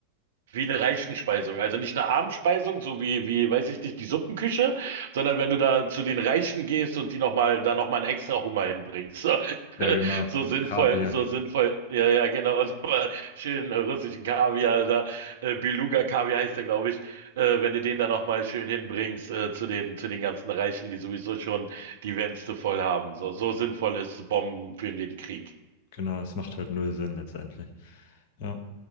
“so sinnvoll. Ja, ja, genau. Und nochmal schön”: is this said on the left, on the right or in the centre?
Right